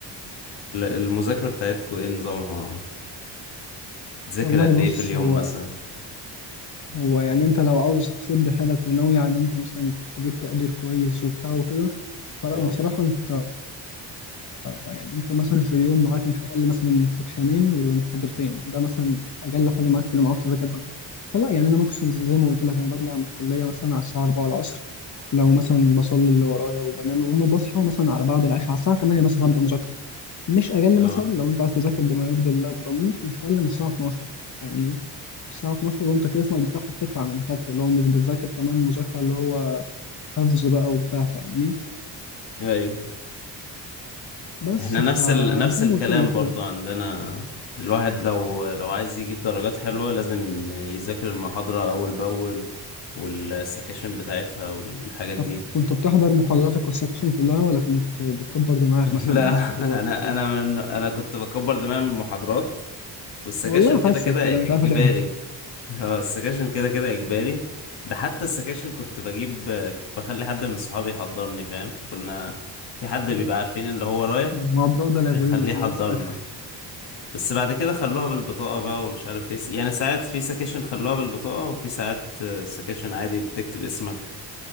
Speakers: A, on the left; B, on the left.
A: المذاكرة بتاعتكم ايه نظامها تذاكر
B: والله
A: قد ايه
B: بص
A: في اليوم
B: هو
A: مثلا
B: هو يعني انت لو عاوز تشد حيلك وناوي على ان انت مثلا تجيب تقدير كويس وبتاع وكده فلا
A: اه
B: بصراحة انت يعني انت مثلا في اليوم معاك مش اقل مثلا من سكشنين ومحاضرتين ده مثلا اقل حاجة معاك في اليوم عاوز تذاكرها فلا يعني انا ممكن زي ما قلت لك انا برجع من الكلية مثلا على الساعة 4 العصر لو مثلا بصلي اللي ورايا وبنام وما بصحى مثلا على بعد العشاء على الساعة 8 مثلا هبدأ مذاكرة مش اقل
A: اه
B: مثلا لو انت عايز تذاكر بما يرضي الله بضمير مش اقل من الساعه 12 فاهمني الساعه 12 وانت كده اسمك بتاخد فكره عن اللي خدته اللي هو مش بتذاكر كمان مذاكره اللي هو حفظ بقى وبتاع فاهمني
A: ايوه
B: بس
A: احنا
B: فزي
A: نفس ال... نفس الكلام
B: ما قلت لك كده
A: برضو عندنا الواحد لو لو عايز يجيب درجات حلوة لازم يذاكر المحاضرة أول بأول والسكاشن بتاعتها والحاجات
B: طب
A: دي
B: كنت بتحضر محاضراتك والسكشن كلها ولا كنت بتكبر دماغك
A: <laughs>
B: مثلا
A: لا
B: من المحاضرات
A: أنا
B: وكده
A: أنا أنا كنت بكبر دماغي من المحاضرات والسكاشن
B: والله
A: كده
B: حاسك
A: كده
B: كده مش عارف
A: إجباري
B: ليه
A: اه السكاشن كده كده إجباري ده حتى السكاشن كنت بجيب كنت بخلي حد من صحابي يحضرني فاهم كنا في حد
B: <laughs>
A: بيبقى عارفين اللي هو رايح
B: الموضوع ده لذيذ
A: بنخليه يحضر
B: لذيذ فشخ
A: لنا بس بعد كده خلوها بالبطاقة بقى ومش عارف ايه يعني ساعات في سكاشن خلوها بالبطاقة وفي ساعات آه، سكاشن عادي بتكتب اسمك